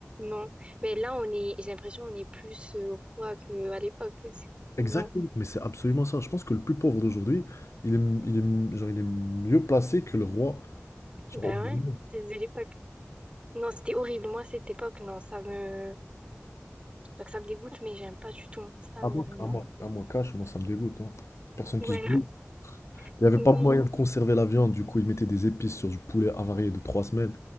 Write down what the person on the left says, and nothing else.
Exactement, mais c'est absolument ça. Je pense que le plus pauvre d'aujourd'hui, il est, il est- genre, il est mieux placé que le roi. Genre,
au Moyen
Âge.
à
moi,
à moi, à moi, cash, moi ça me dégoûte. hein. Personne
qui se douce.
Il n'y avait
pas moyen de conserver la viande, du coup ils mettaient des épices sur du poulet avarié de 3 semaines